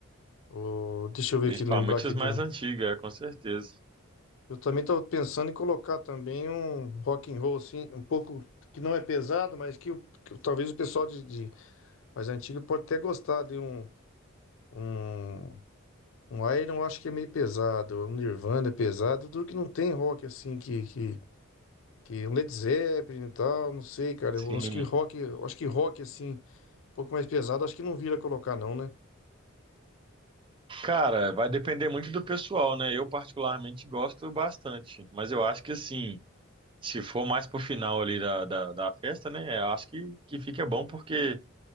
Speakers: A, on the left; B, on the right.
A: O- deixa eu ver
B: Principalmente
A: aqui, lembrar aqui
B: as
A: do.
B: mais antigas, é, com certeza.
A: Eu também estou pensando em colocar também um rock and roll, assim, um pouco que não é pesado, mas que, o- que o- talvez o pessoal de, de mais antigo pode até gostar de um, um, um Iron, eu acho que é meio pesado, um Nirvana é pesado, tudo que não tem rock, assim, que, que, que um Led Zeppelin e tal, não sei, cara,
B: Sim.
A: eu acho que rock, eu acho que rock, assim, um pouco mais pesado, acho que não vira colocar não, né?
B: Cara, vai depender muito do pessoal, né? Eu particularmente gosto bastante, mas eu acho que assim, se for mais pro final ali da, da, da festa, né? Eu acho que, que fica bom porque